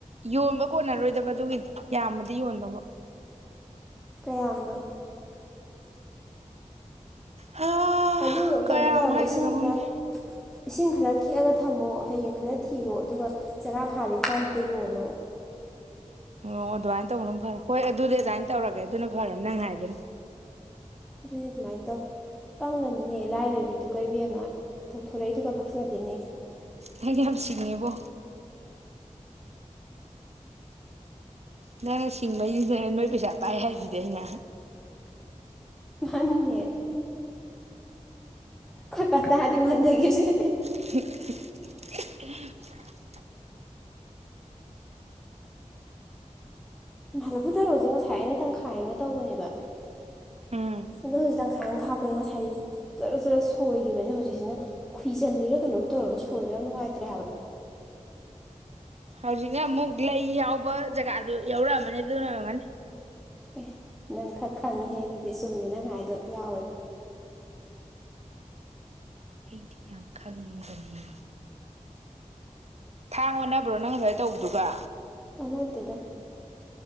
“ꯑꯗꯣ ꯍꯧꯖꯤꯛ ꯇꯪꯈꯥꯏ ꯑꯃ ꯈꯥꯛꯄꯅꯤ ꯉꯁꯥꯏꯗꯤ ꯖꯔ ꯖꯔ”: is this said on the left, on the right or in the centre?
Centre